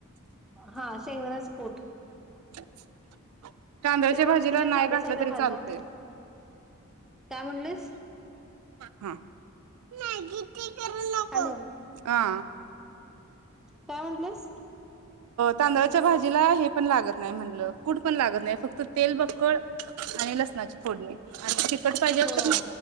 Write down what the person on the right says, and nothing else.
<inaudible> तांदळची
भाजी.
नाय
घातक
तरी
चालतंय.
हा. मॅगी करू नको
का.
तांदळच्या भाजीला हे पण लागत नाही म्हणलं. कूठ पण लागत नाही. फक्त तेल बक्कळ आणि लसणाची फोडणी आणि तिखट पाहिजे
तर